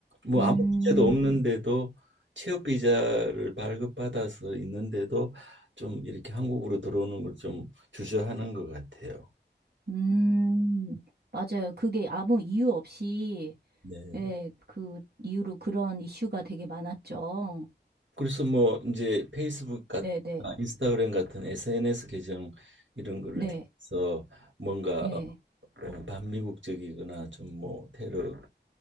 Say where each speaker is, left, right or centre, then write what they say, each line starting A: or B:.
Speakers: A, on the right (about 80°); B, on the right (about 60°).
A: 뭐
B: 음,
A: 아무 문제도 없는데도 취업 비자를 발급받아서 있는데도 좀 이렇게 한국으로 들어오는 걸 좀 주저하는 것 같아요.
B: 음, 맞아요. 그게 아무 이유 없이,
A: 네.
B: 예, 그 이유로 그런 이슈가 되게 많았죠.
A: 그래서 뭐 이제 페이스북 같
B: 네네.
A: 아, 인스타그램 같은 SNS 계정 이런 거를
B: 네,
A: 통해서 뭔가
B: 예,
A: 어, 어, 반미국적이거나 좀 뭐 테러를